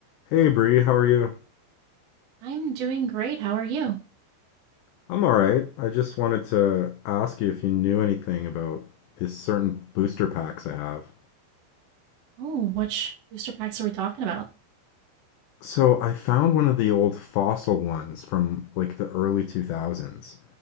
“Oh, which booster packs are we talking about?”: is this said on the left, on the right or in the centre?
Right